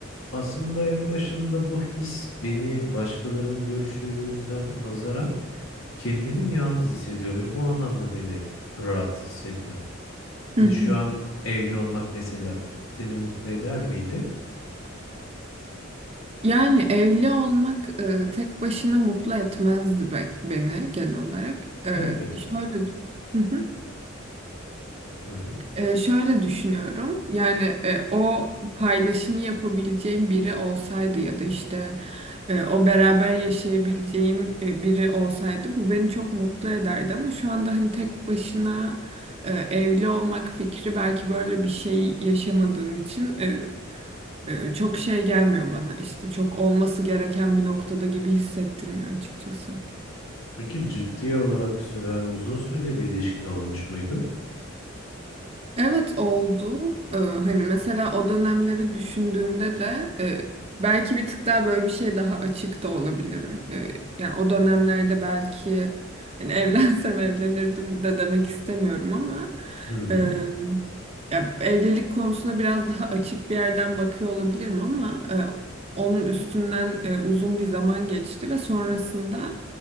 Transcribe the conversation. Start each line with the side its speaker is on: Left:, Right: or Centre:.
Left: Aslında en başında bu his beni başkalarının görüşünden nazaran kendimi yalnız hissediyorum ve bu anlamda beni rahatsız hissediyor.
Right: Hı
Left: Hani şu
Right: hı.
Left: an evli olmak mesela seni mutlu eder miydi?
Right: Yani evli olmak e, tek başına mutlu etmezdi be- beni genel olarak. E,
Left: Elbette.
Right: şöyle. Hı hı.
Left: Hı hı.
Right: Ee, şöyle düşünüyorum. Yani e, o paylaşımı yapabileceğim biri olsaydı ya da işte e, o beraber yaşayabileceğim e, biri olsaydı bu beni çok mutlu ederdi ama şu anda hani tek başına e, evli olmak fikri belki böyle bir şey yaşamadığım için e, e, çok şey gelmiyor bana işte çok olması gereken bir noktada gibi hissettirmiyor açıkçası.
Left: Peki ciddi olarak süren uzun süreli bir ilişkin olmuş muydu?
Right: Evet oldu. Ee, hani mesela o dönemleri düşündüğümde de e, belki bir tık daha böyle bir şey daha açık da olabilirim. Ee, yani o dönemlerde belki hani <laughs> evlensem evlenirdim de demek istemiyorum ama
Left: Hı hı.
Right: e, ya evlilik konusuna biraz daha açık bir yerden bakıyor olabilirim ama e, onun üstünden e, uzun bir zaman geçti ve sonrasında